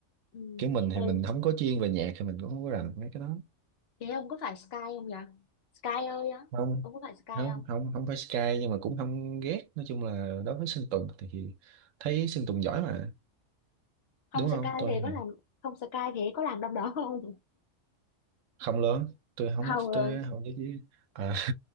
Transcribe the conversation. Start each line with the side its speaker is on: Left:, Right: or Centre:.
Left: ừ.
Right: kiểu mình thì
Left: em
Right: mình không có chuyên về nhạc thì mình cũng không có rành mấy cái đó
Left: thế ông có phải Sky không vậy Sky ơi á
Right: không
Left: ông có phải Sky
Right: không
Left: không
Right: không không phải Sky nhưng mà cũng không ghét nói chung là đối với Sơn Tùng thì thấy Sơn Tùng giỏi mà
Left: không
Right: đúng
Left: Sky
Right: không tôi
Left: thì có
Right: thì
Left: làm không Sky thì có làm đông đỏ không
Right: không lớn tôi không
Left: <laughs> không luôn
Right: tôi không biết gì à, <laughs>